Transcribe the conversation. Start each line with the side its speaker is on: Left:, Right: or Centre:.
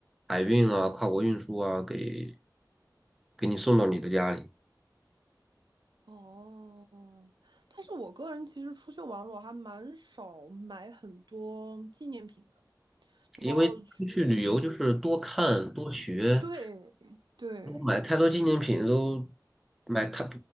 Centre: 海运啊、跨国运输啊，给给你送到你的家里。
Right: 哦，但是我个人其实出去玩，我还蛮少买很多纪念品的，就包括去，
Centre: 因为出去旅游就是多看多学，
Right: 嗯，对对，
Centre: 如果买太多纪念品都买太